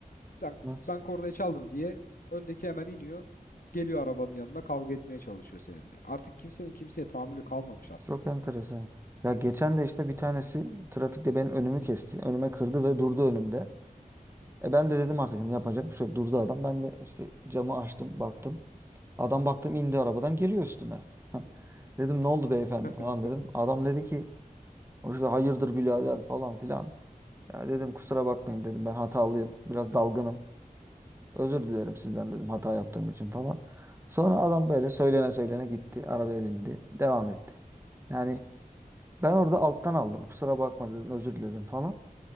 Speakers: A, on the left; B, on the right.
A: Sen,
B: Evet.
A: ben kornayı çaldım diye öndeki hemen iniyor. Geliyor arabanın yanına kavga etmeye çalışıyor seninle. Artık kimsenin kimseye tahammülü kalmamış aslında.
B: Çok enteresan. Ya geçen de işte bir tanesi trafikte benim önümü kesti. Önüme kırdı ve durdu önümde. E ben de dedim artık hani yapacak bir şey yok. Durdu adam. Ben de işte camı açtım baktım. Adam baktım indi arabadan geliyor üstüme. <laughs> Dedim ne oldu beyefendi
A: <laughs>
B: falan dedim. Adam dedi ki o işte hayırdır birader falan filan. Ya dedim kusura bakmayın dedim ben hatalıyım. Biraz dalgınım. Özür dilerim sizden dedim hata yaptığım için falan. Sonra adam böyle söylene söylene gitti. Arabaya bindi. Devam etti. Yani ben orada alttan aldım. Kusura bakma dedim özür diledim falan.